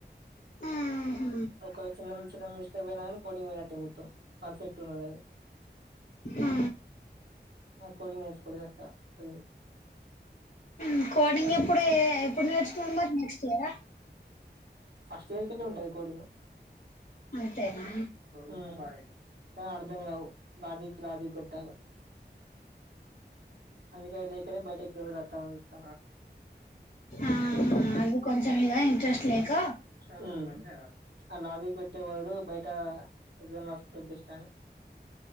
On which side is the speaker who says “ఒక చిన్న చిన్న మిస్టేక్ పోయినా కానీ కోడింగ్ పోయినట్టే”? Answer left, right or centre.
Right